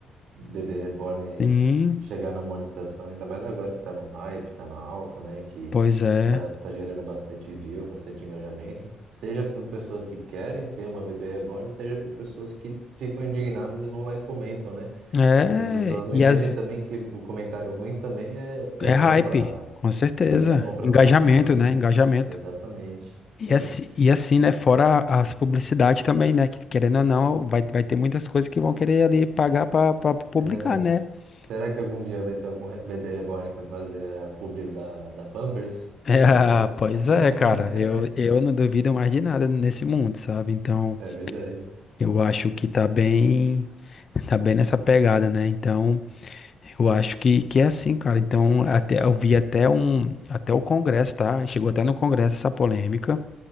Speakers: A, on the right; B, on the left.
A: Bebê Reborn
B: Sim,
A: chegar na monetização, ainda mais agora que tá no hype, tá na alta, né? Que
B: pois é.
A: tá, tá gerando bastante view, bastante engajamento, seja por pessoas que querem ter uma Bebê Reborn, seja por pessoas que ficam indignadas e vão lá e comentam, né?
B: É,
A: Acho que as pessoas não
B: e
A: entendem
B: as,
A: também que o comentário ruim também é, é
B: é
A: bom
B: hype,
A: para
B: com certeza.
A: também é bom para
B: Engajamento,
A: a plataforma, né?
B: né? Engajamento.
A: Exatamente,
B: E
A: exatamente.
B: assim, e assim, né? Fora a- as publicidades também, né? Que querendo ou não, vai, vai ter muitas coisas que vão querer ali pagar pra pra publicar,
A: É verdade.
B: né? <laughs>
A: Será que algum dia vai ter algum re- bebê reborn que vai fazer a publi da, da Pampers,
B: É,
A: da Baby
B: ah,
A: Wipes?
B: pois
A: <laughs>
B: é, cara. Eu, eu não duvido mais de nada nesse mundo, sabe? Então,
A: É verdade.
B: eu acho que tá bem, tá bem nessa pegada, né? Então, eu acho que, que é assim, cara. Então, até, eu vi até um, até o Congresso, tá? Chegou até no Congresso essa polêmica